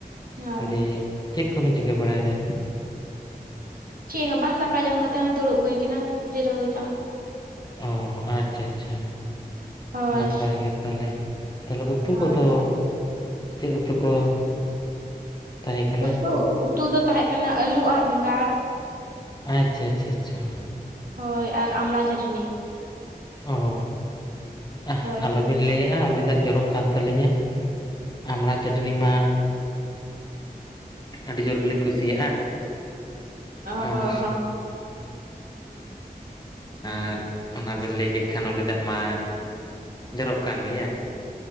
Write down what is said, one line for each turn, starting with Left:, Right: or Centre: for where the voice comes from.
Right: ᱦᱳᱭ
Left: ᱫᱤᱭᱮ ᱪᱮᱫ ᱠᱚᱵᱮᱱ ᱪᱤᱠᱟᱹ ᱵᱟᱲᱟᱭᱮᱫᱟ
Right: ᱪᱮᱫ ᱦᱚᱸ ᱵᱟᱝ ᱫᱟᱠᱟ ᱡᱚᱢ ᱠᱟᱛᱮ ᱫᱩᱲᱩᱵ ᱦᱩᱭ ᱠᱟᱱᱟ ᱡᱤᱨᱟᱹᱣ ᱦᱩᱭ ᱠᱟᱱᱟ
Left: ᱚ ᱟᱪᱪᱷᱟ ᱟᱪᱪᱷᱟ
Right: ᱦᱳᱭ
Left: ᱱᱟᱯᱟᱭ ᱜᱮ ᱛᱟᱦᱚᱞᱮ ᱛᱟᱦᱚᱞᱮ ᱩᱛᱩ
Right: ᱦᱳᱭ
Left: ᱠᱚᱫᱚ ᱪᱮᱫ ᱩᱛᱩ ᱠᱚ ᱛᱟᱦᱮᱸ ᱠᱟᱱᱟ
Right: ᱩᱛᱩ ᱩᱛᱩ ᱫᱚ ᱛᱟᱦᱮᱸ ᱠᱟᱱᱟ ᱟᱹᱞᱩ ᱟᱨ ᱵᱮᱸᱜᱟᱲ
Left: ᱟᱪᱪᱷᱟ ᱟᱪᱪᱷᱟ ᱟᱪᱪᱷᱟ
Right: ᱦᱳᱭ ᱟᱨ ᱟᱢᱲᱟ ᱪᱟᱹᱴᱱᱤ
Left: ᱚ ᱟᱦ
Right: ᱦᱳᱭ
Left: ᱟᱞᱚᱵᱤᱱ ᱞᱟᱹᱭᱟ ᱩᱞᱤ ᱫᱟᱜ ᱡᱚᱨᱚᱜ ᱠᱟᱱ ᱛᱟᱹᱞᱤᱧᱟ ᱟᱢᱲᱟ ᱪᱟᱹᱴᱱᱤ ᱢᱟ ᱟᱹᱰᱤ ᱡᱳᱨ ᱜᱮᱞᱤᱧ ᱠᱩᱥᱤᱭᱟᱜᱼᱟ
Right: ᱚ
Left: ᱟᱨ
Right: ᱦᱚ ᱦᱚᱸ
Left: ᱟᱨ ᱚᱱᱟ ᱵᱮᱱ ᱞᱟᱹᱭ ᱠᱮᱫ ᱠᱷᱟᱱ ᱩᱞᱤ ᱫᱟᱜ ᱢᱟ ᱡᱚᱨᱚᱜ ᱠᱟᱱ ᱜᱮᱭᱟ